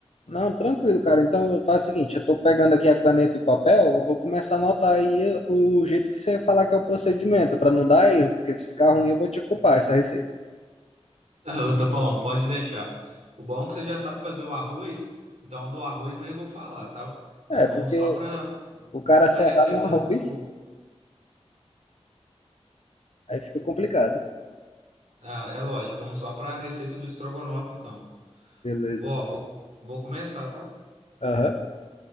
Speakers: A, on the left; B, on the right.
A: Não, tranquilo, cara. Então eu faço o seguinte, eu tô pegando aqui a caneta e papel, eu vou começar a anotar aí o, o jeito que você falar que é o procedimento, pra não dar erro, porque se ficar ruim eu vou te culpar essa receita.
B: <laughs> Ô, Tapão, pode deixar. O bom é que você já sabe fazer o arroz, então do arroz nem vou falar, tá? Então
A: É,
B: vamos
A: porque
B: só para
A: o cara
B: para
A: se
B: receitas
A: errar no arroz,
B: do.
A: aí fica complicado.
B: Ah, é lógico, vamos só para a receita do estrogonofe, então.
A: Beleza.
B: Vó, vou, vou começar, tá?
A: Aham.